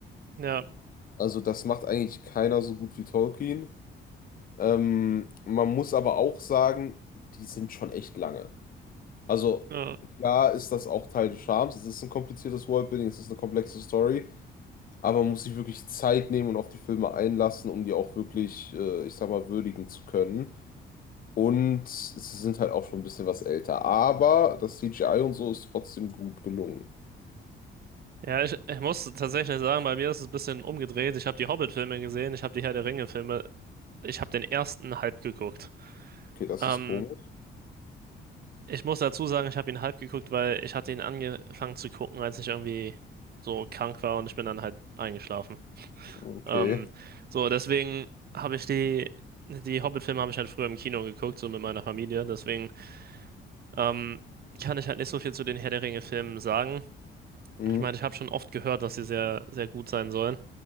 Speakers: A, on the right; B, on the left.
A: ja.
B: Also das macht eigentlich keiner so gut wie Tolkien. Ähm, man muss aber auch sagen, die sind schon echt lange. Also
A: ja.
B: klar ist das auch Teil des Charmes. Es ist ein kompliziertes Worldbuilding, es ist eine komplexe Story. Aber man muss sich wirklich Zeit nehmen und auf die Filme einlassen, um die auch wirklich, äh, ich sag mal, würdigen zu können. Und sie sind halt auch schon ein bisschen was älter. Aber das CGI und so ist trotzdem gut gelungen.
A: Ja, ich, ich muss tatsächlich sagen, bei mir ist es ein bisschen umgedreht. Ich habe die Hobbit-Filme gesehen, ich habe die Herr der Ringe-Filme, ich habe den ersten halb geguckt.
B: Okay, das
A: Ähm,
B: ist komisch.
A: ich muss dazu sagen, ich habe ihn halb geguckt, weil ich hatte ihn angefangen zu gucken, als ich irgendwie so krank war und ich bin dann halt eingeschlafen.
B: Okay.
A: Ähm, so, deswegen habe ich die, die Hobbit-Filme habe ich halt früher im Kino geguckt, so mit meiner Familie. Deswegen ähm, kann ich halt nicht so viel zu den Herr der Ringe-Filmen sagen.
B: Hm,
A: Ich meine, ich habe schon oft gehört, dass sie sehr, sehr gut sein sollen.